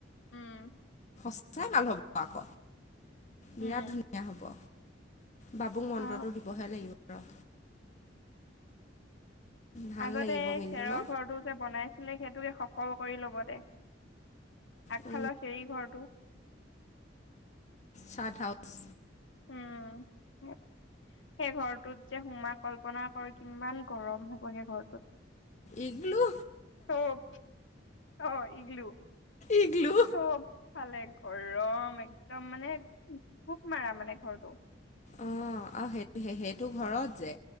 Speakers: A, on the left (about 80°); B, on the left (about 40°).
A: উম
B: সচাই ভাল হব আক।
A: উম
B: বিৰাট ধুনীয়া হ'ব। বাবুক মন্ত্ৰটো
A: অ
B: দিবহে লাগিব ৰ। ভাল
A: আগতে
B: লাগিব কিন্তু
A: খেৰৰ
B: ন
A: ঘৰটো যে বনাইছিলে, সেইটোকে সফল কৰি ল'ব দে। আগফালৰ
B: অ
A: খেৰী ঘৰটো।
B: চাৰ্ট হাউচ
A: উম সেই ঘৰটোত যে সোমা কল্পনা কৰ কিমান গৰম হ'ব সেই ঘৰটোত
B: ইগ্লো
A: চব অ ইগ্লো
B: ইগলু
A: চব ভালেক গৰম একদম মানে খুব মাৰা মানে ঘৰটো
B: অ আহ সেইটো সেইটো ঘৰত যে